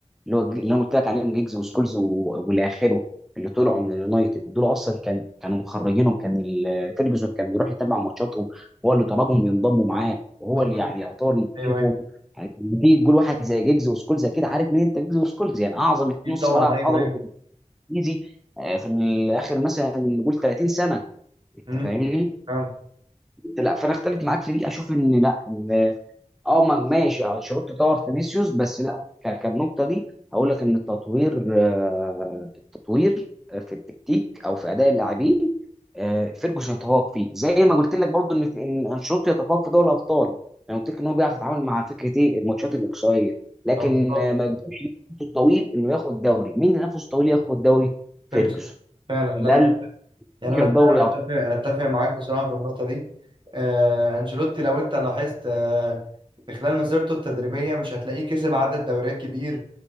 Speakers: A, in the centre; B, on the right.
A: اللي هو اللي انا قلت لك عليهم جيجز وسكولز و- والى اخره اللي طلعوا من اليونايتد دول اصلا كان كانوا مخرجينهم كان ال- فيرجسون كان بيروح يتابع ماتشاتهم هو اللي طلبهم ينضموا معاه وهو
B: بالظبط
A: اللي يعني يعتبر مكتشفهم
B: ايوه ايوه
A: يعني لما تيجي تقول واحد زي جيجز وسكولز كده عارف مين انت جيجز وسكولز يعني اعظم اتنين
B: اكيد
A: نص
B: طبعا
A: ملعب
B: ايوه
A: حضروا
B: ايوه
A: في الانجليزي آه، في الاخر مثلا نقول 30 سنه انت
B: مم،
A: فاهمني؟
B: فعلا
A: لا فانا اختلف معاك في دي اشوف ان لا اه ما- ماشي اه انشيلوتي طور فينيسيوس بس لا ك- كالنقطه دي هقول لك ان التطوير آه، التطوير في التكتيك او في اداء اللاعبين آه، فيرجسون يتفوق فيه زي ما قلت لك برضو ان ان انشيلوتي يتفوق في دوري الابطال انا قلت لك ان هو بيعرف يتعامل مع فكره ايه الماتشات الاقصائيه لكن
B: آه، بالظبط
A: آه، ما يقدرش ينافسه طويل انه ياخد دوري مين اللي نفسه طويل ياخد دوري فيرجسون
B: فيرجسون فعلا
A: ده
B: لا
A: اللي
B: يعني
A: بيشرب
B: انا فعلا
A: دوري
B: اتفق
A: ابطال
B: اتفق معاك بصراحه في النقطه دي آه انشيلوتي لو انت لاحظت آه في خلال مسيرته التدريبيه مش هتلاقيه كسب عدد دوريات كبير